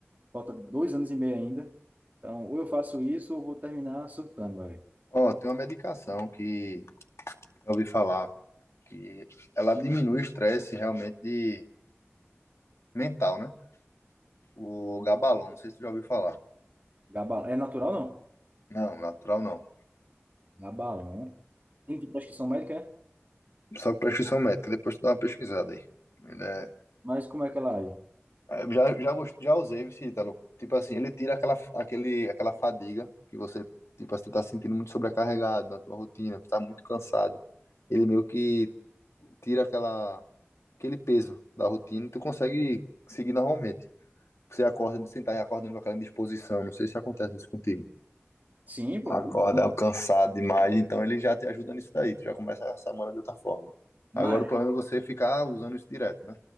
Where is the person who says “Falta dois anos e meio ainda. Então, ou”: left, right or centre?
Right